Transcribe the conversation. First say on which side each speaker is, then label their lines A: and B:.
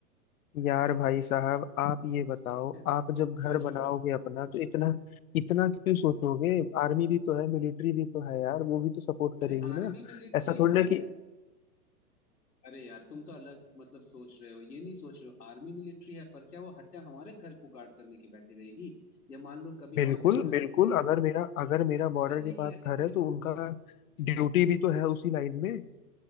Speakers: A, on the left; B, on the left.
A: यार भाई साहब आप ये बताओ
B: <laughs>
A: आप जब घर
B: सोचो
A: बनाओगे अपना तो इतना इतना क्यों सोचोगे आर्मी भी तो है मिलिट्री भी तो है यार वो भी तो सपोर्ट करेगी
B: अरे आर्मी
A: ना
B: मिलिट्री
A: ऐसा थोड़ी
B: है
A: ना कि
B: अरे यार तुम तो अलग मतलब सोच रहे हो ये नहीं सोच रहे हो आर्मी मिलिट्री है पर क्या वो हट्टा हमारे घर को गार्ड करने के बैठी रहेगी या मान लो कभी
A: बिल्कुल
B: वहां से फायदा
A: बिल्कुल अगर मेरा
B: तो
A: अगर मेरा बॉर्डर
B: अरे नहीं
A: के पास
B: ऐसा
A: घर
B: थोड़ी
A: है
B: ना
A: तो
B: होता
A: उनका
B: है
A: ड्यूटी भी तो है उसी लाइन में